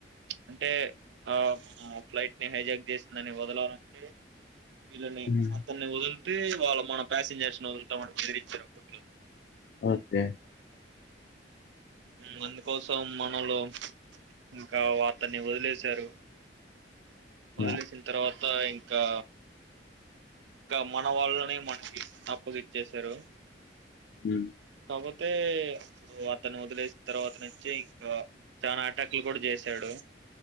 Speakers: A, on the right; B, on the left.
A: అంటే ఆ మన ఫ్లైట్ని హైజాక్ చేసిందని వదలాలంటే వీళ్ళని
B: హ్మ్.
A: అతన్ని ఒదుల్ తె వాళ్ళు మాన పాసెంజర్స్ వదులుతామని బెదిరిచ్చారు అప్పట్లో
B: ఓకే.
A: హు అందుకోసం మనోళ్లు ఇంకా వాతన్ని వదిలేసారు ఒదీలేసిన
B: యాహ్!
A: తర్వత్ త్త ఇంకా ఇంకా మన వాళ్ళని మనకి అప్పగిచ్చేసారు
B: హు
A: కాకపోతే ఇప్పుడు అతను వదిలేసిన తర్వాత నుంచి ఇంకా చనాా అటాక్లు కూడా చేసాడు